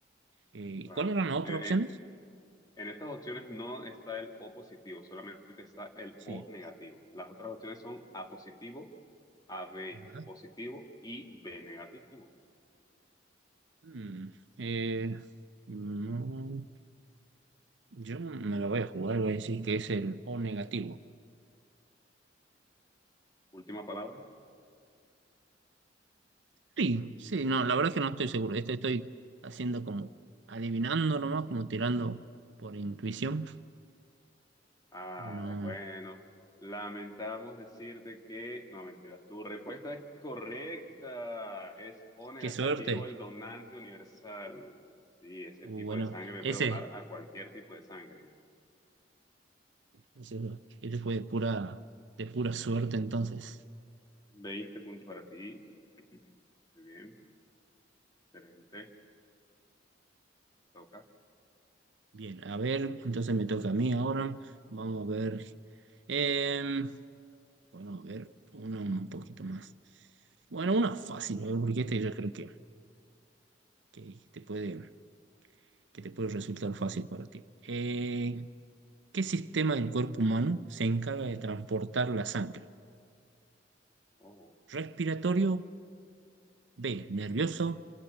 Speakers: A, on the right; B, on the left.
A: Eh,
B: Claro.
A: ¿y cuáles eran las otras
B: En,
A: opciones?
B: en- en estas opciones no está el O positivo, solamente está el
A: Sí.
B: O negativo. Las otras opciones son A positivo, A B
A: Ajá.
B: positivo y B negativo.
A: Mm, eh, mm, yo me la voy a jugar, voy a decir que es el O negativo.
B: Última palabra.
A: Sí, sí, no, la verdad es que no estoy seguro. Esto estoy haciendo como adivinando nomás, como tirando por intuición,
B: Ay,
A: pero no.
B: bueno, lamentamos decirte que, no, mentira, tu respuesta es correcta. Es O negativo
A: Qué suerte.
B: el donante universal. Sí, ese
A: Uh,
B: tipo
A: bueno,
B: de sangre le
A: ese,
B: puede donar a cualquier tipo de sangre.
A: ese este fue de pura, de pura suerte entonces.
B: 20 puntos para ti. <clears throat> Muy bien, excelente. Te toca.
A: Bien, a ver, entonces me toca a mí ahora. Vamos a ver. em, bueno, a ver, uno un poquito más. Bueno, una fácil, a ver, porque este yo creo que, que te puede, que te puede resultar fácil para ti. Eh, ¿Qué sistema del cuerpo humano se encarga de transportar la sangre?
B: Oh,
A: Respiratorio, B, nervioso,